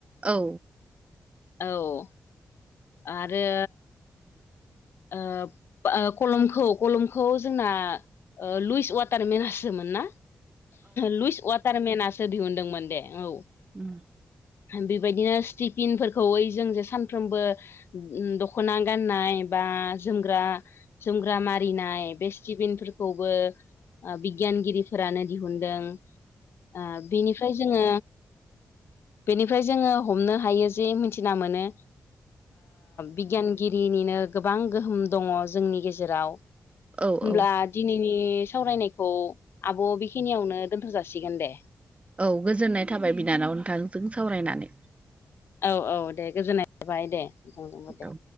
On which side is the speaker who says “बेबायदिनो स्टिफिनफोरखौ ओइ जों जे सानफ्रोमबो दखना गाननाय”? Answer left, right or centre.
Left